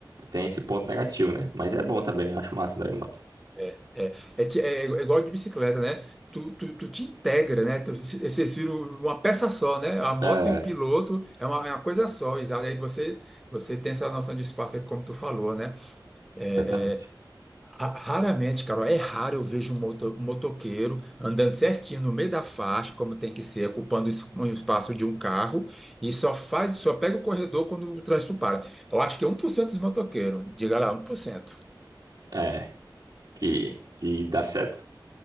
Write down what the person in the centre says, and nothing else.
É, é, é, ti- é é igual de bicicleta, né? Tu, tu, tu te integra, né? Tu- c- Vocês viram uma peça só, né? A moto
e o piloto é uma, é uma coisa só, exato. Aí você, você tem essa noção de espaço, é como tu falou, né? É,
é, Ra- Raramente, Carol, é raro eu vejo um moto- um motoqueiro andando certinho no meio da faixa, como tem que ser, ocupando es- um espaço de um carro, e só faz, só pega o corredor quando o trânsito para. Eu acho que é um por cento dos motoqueiros, diga lá, um por cento